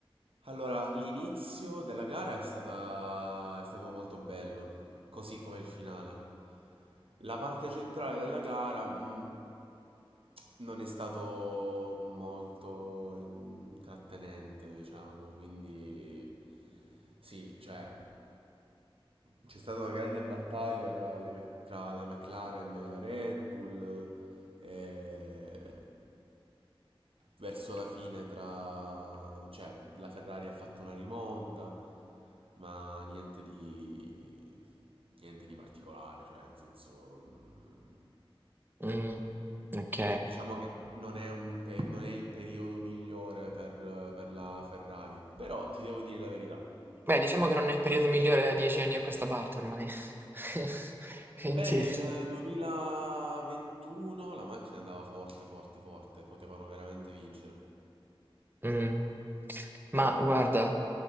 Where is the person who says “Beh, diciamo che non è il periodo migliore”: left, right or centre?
Right